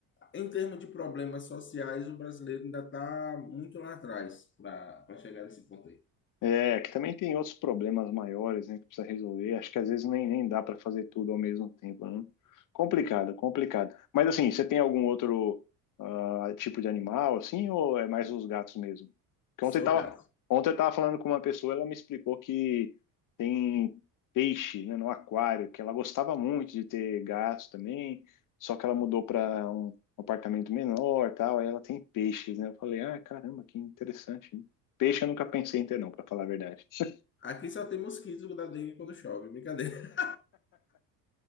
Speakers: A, on the left; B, on the left.
A: em termos de problemas sociais, o brasileiro ainda está muito lá atrás para chegar nesse ponto aí.
B: É, que também tem outros problemas maiores, né, que precisa resolver. Acho que às vezes nem, nem dá para fazer tudo ao mesmo tempo, né? Complicado, complicado. Mas assim, você tem algum outro ah, tipo de animal, assim, ou é mais os gatos mesmo? Porque ontem
A: Sou
B: eu tava,
A: gato.
B: ontem eu tava falando com uma pessoa, ela me explicou que tem peixe, né, no aquário, que ela gostava muito de ter gatos também, só que ela mudou para um apartamento menor, tal, aí ela tem peixes, né? Eu falei, ah, caramba, que interessante, Peixe eu nunca pensei em ter, não, para falar a verdade. <laughs>
A: Aqui só tem mosquitos da dengue quando chove, brincadeira.